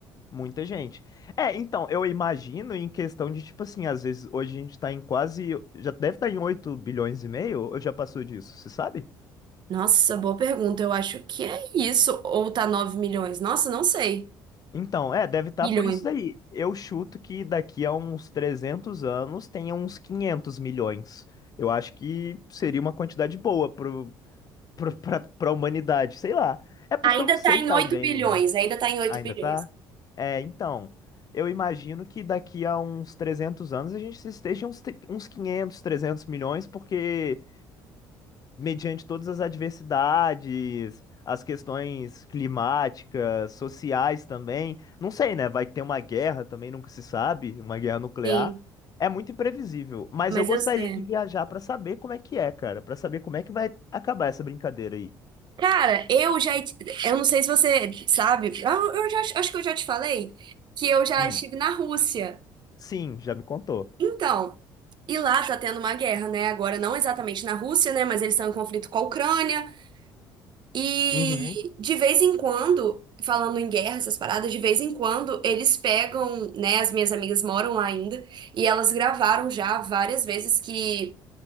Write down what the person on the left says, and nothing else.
muita gente. É, então, eu imagino em questão de, tipo assim, às vezes hoje a gente tá em quase, já deve estar em 8 bilhões e meio, ou já passou disso, você sabe?
Então, é, deve estar
por isso daí. Eu chuto que daqui a uns 300 anos tenha uns 500 milhões. Eu acho que seria uma quantidade boa pro, pro, pra, pra humanidade, sei lá. É porque
eu não sei
tão
né?
Ainda
tá? É, então, eu imagino que daqui a uns 300 anos a gente esteja uns, tri- uns 500, 300 milhões, porque mediante todas as adversidades, as questões climáticas, sociais também, não sei, né? Vai ter uma guerra também, nunca se sabe, uma guerra nuclear.
É muito imprevisível, mas
eu gostaria
de viajar para saber como é que é, cara, para saber como é que vai acabar essa brincadeira aí.
Hum,
sim, já me contou.
Uhum.